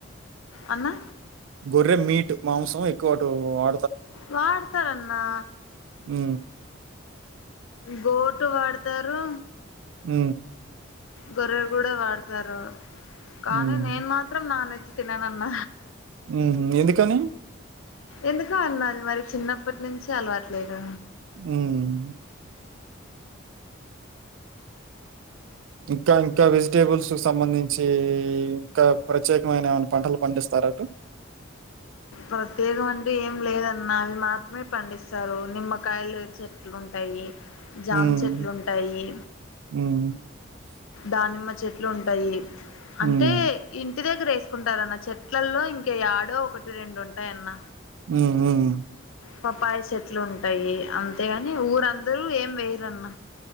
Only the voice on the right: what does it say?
గొర్రె మీటు మాంసం ఎక్కువ అటు వా
ఉ
ఉ
ఉమ్,
మ్ ఎందుకని
మ్ ఇంకా ఇంకా వెజిటేబుల్స్ కు సంబంధించి ఇంకా ప్రత్యేకమైన ఏమైనా పంటలు పండిస్తార అటు
ఉమ్,
ఉమ్,
ఉమ్,
మ్ మ్